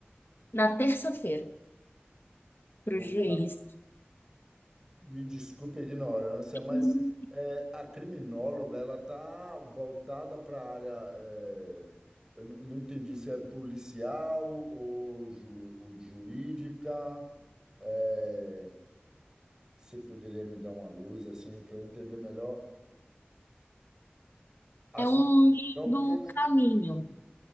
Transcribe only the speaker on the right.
Poxa,
me desculpe a ignorância, mas
é, a criminóloga, ela está voltada para a área, é, eu n- não entendi se é policial ou, ju- ou jurídica, é, você poderia me dar uma luz assim para eu entender melhor a
sua
opção, porque